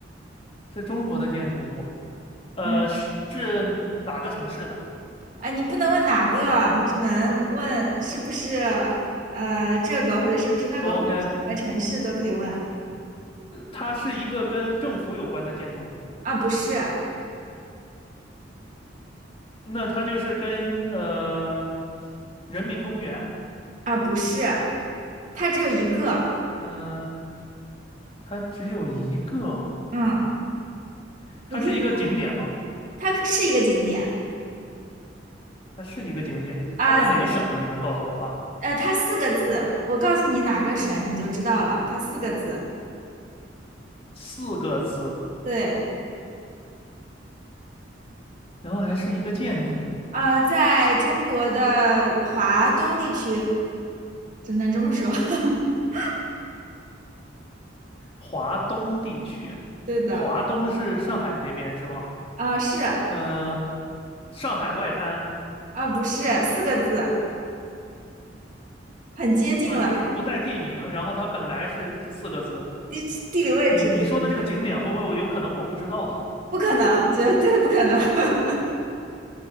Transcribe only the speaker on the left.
是中国的建筑物，呃，
是是哪个城市的
？OK，
呃它是一个跟政府有关的建筑吗？
那它就是跟呃人民公园，
嗯、它只有一个，
它是一个景点吗？
它是一个景点，
它在哪个省？你能告诉我吧？
四个字，
然后还是一个建筑。
华东地区，
华东是上海那边是吗？
嗯、上海外滩，
呃，就是不带地名，然后它本来是四个字。
你你说的这个景点会不会有可能我不知道啊